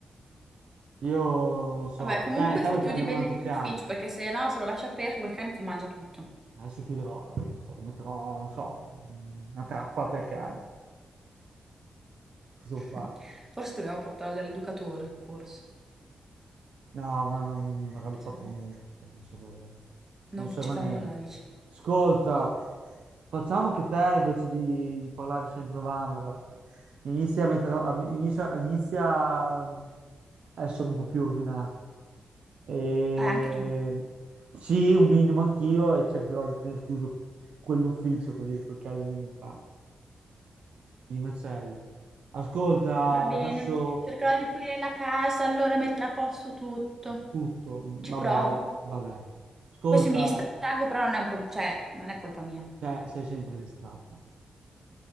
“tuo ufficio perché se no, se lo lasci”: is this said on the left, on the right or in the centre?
Right